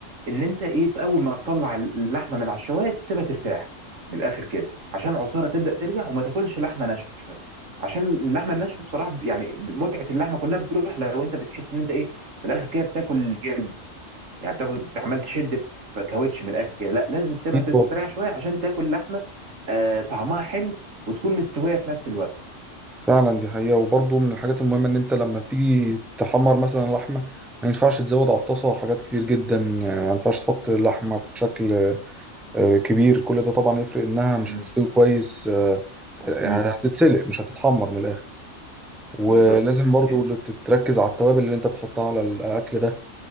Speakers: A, on the right (about 80°); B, in the centre.
A: ان انت ايه اول ما تطلع اللحمه من على الشوايه تسيبها ترتاح من الاخر كده عشان العصاره تبدا ترجع وما تاكلش لحمه ناشفه عشان اللحمه الناشفه بصراحه ب- يعني متعه اللحمه كلها بتروح لو انت بتحس ان انت ايه من الاخر كده بتاكل جلد يعني بتاخد عمال تشد في كاوتش من الاخر كده لا لازم تسيبها
B: اكيد
A: تستريح شويه عشان تاكل لحمه آه طعمها حلو وتكون مستويه في نفس الوقت
B: فعلا دي حقيقة وبرضه من الحاجات المهمة إن أنت لما تيجي تحمر مثلا لحمة ما ينفعش تزود على الطاسة حاجات كتير جدا يعني ما ينفعش تحط اللحمة بشكل آه، كبير كل ده طبعا يفرق إنها مش
A: امم
B: هتستوي كويس آه، يعني
A: امم
B: هتتسلق مش هتتحمر من الآخر ولازم
A: بالظبط
B: برضه
A: يعني-
B: تركز على التوابل اللي أنت بتحطها على الأكل ده